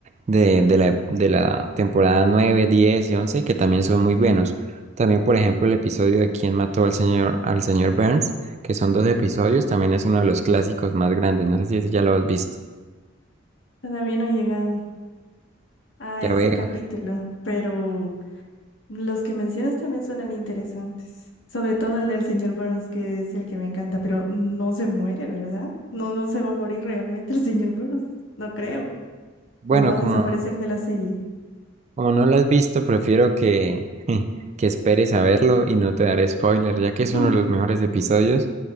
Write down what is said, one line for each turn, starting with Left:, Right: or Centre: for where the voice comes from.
Right: de, de la, de la temporada nueve diez y once que también son muy buenos. También, por ejemplo, el episodio de ¿Quién mató al señor, al señor Burns? Que son dos episodios, también es uno de los clásicos más grandes. No sé si ese ya lo has visto.
Left: Todavía no he llegado a
Right: Ya
Left: ese
Right: veo.
Left: capítulo, pero Los que mencionas también suenan interesantes, sobre todo el del señor Burns, que es el que me encanta, pero no se muere, ¿verdad? No, no se va a morir realmente el señor Burns, no creo.
Right: Bueno,
Left: O va
Right: como,
Left: a desaparecer de la serie.
Right: como no lo has visto, prefiero que, <laughs> que esperes a verlo y no te daré spoiler, ya que
Left: <laughs>
Right: es uno de los mejores episodios